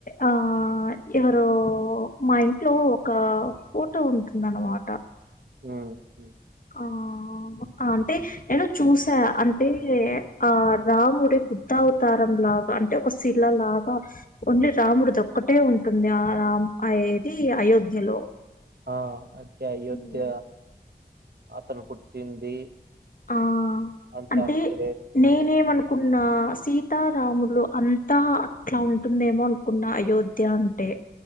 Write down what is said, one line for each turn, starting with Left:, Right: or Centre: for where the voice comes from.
Left: ఆ ఎవరో మా ఇంట్లో ఒక ఫోటో ఉంటుందనమాట
Right: హ్మ్. హ్మ్.
Left: ఆ అంటే నేను చూసా అంటే ఆ రాముడి బుద్ధావతారం లాగా అంటే ఒక శిల లాగా ఓన్లీ రాముడిదొక్కటే ఉంటుంది ఆ రామ్ ఆ ఏది అయోధ్యలో
Right: ఆ అంటే అయోధ్య
Left: హ్మ్.
Right: అతను పుట్టింది
Left: ఆ
Right: అంతా
Left: అంటే,
Right: అక్కడే.
Left: నేనేమనుకున్న, సీతారాములు అం. అంత అట్లా ఉంటుందేమో అనుకున్న అయోధ్య అంటే.